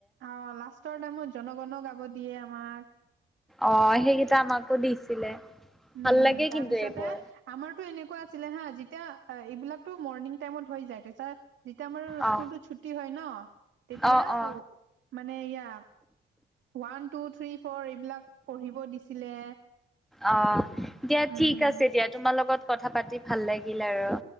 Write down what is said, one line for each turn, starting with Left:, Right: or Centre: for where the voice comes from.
Right: অ', লাষ্টৰ টাইমত জনগণ গাব দিয়ে আমাক
Centre: অ', সেইকেইটা আমাকো দিছিলে।
Right: উম,
Centre: ভাল লাগে
Right: তাৰপিছতে,
Centre: কিন্তু এইবোৰ।
Right: আমাৰতো এনেকুৱা আছিলে হা যেতিয়া আ এইবিলাকতো মৰ্ণিং টাইমত হৈ যায়, তাৰপিছত যেতিয়া আমাৰ
Centre: অ
Right: স্কুলতো ছুটি হয় ন, তেতিয়া
Centre: অ অ
Right: মানে ইয়া ওৱান, টু, থ্ৰী, ফ'ৰ এইবিলাক পঢ়িব দিছিলে।
Centre: অ', দিয়া
Right: উম
Centre: ঠিক আছে দিয়া তোমাৰ লগত কথা পাতি ভাল লাগিল আৰু।